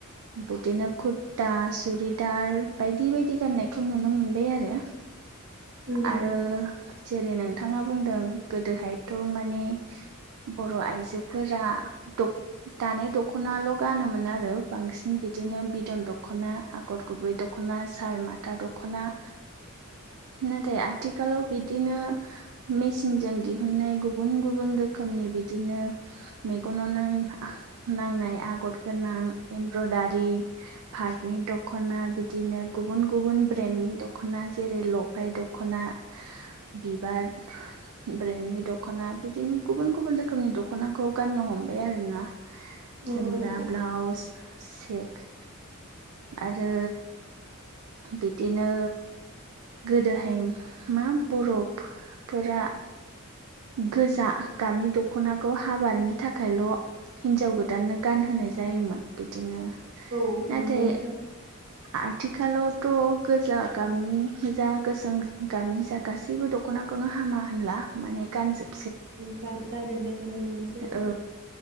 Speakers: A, on the right; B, on the right.
A: बिदिनो कुर्ता, सुरिदार बायदि बायदि गाननायखौ नुनो मोनो। बे आरो
B: उम
A: आरो जेरै नोंथाङा बुंदों गोदोहायथ' माने बर' आइजोफोरा द दानाय दख'नाल' गानोमोन आरो बांसिन बिदिनो बिदन दख'ना आगर गुबै दख'ना, साल माथा दख'ना नाथाय आथिखालाव बिदिनो मेचिनजों दिहुननाय गुबुन गुबुन रोखोमनि बिदिनो मेगनाव नां-नांनाय आगर गोनां एमब्रदारि पार्टनि दख'ना बिदिनो गुबुन गुबुन ब्रेन्डनि द ख'ना जेरै लफाय दख'ना, बिबार ब्रेन्डनि दख'ना बिदिनो गुबुन गुबुन रोखोमनि दख'नाखौ गाननो हमबाय आरो ना।
B: नंगौ
A: जोमग्रा
B: नोंथां
A: ब्लाउस सेक आरो बिदिनो गोदोहाय मा बर'फोरा गोजा गाबनि दख'नाखौ हाबानि थाखायल' हिनजाव गोदाननो गानहोनाय जायोमोन बिदिनो
B: औ
A: नाथाय
B: नंगौ नोंथां
A: आथिखालावथ' गोजा गामनि जा गोसोम गामनि जा गासैबो दख'नाखौनो हामा होनला माने गानजोब
B: गान गानजोबनायखौ नुनो मोनसै
A: औ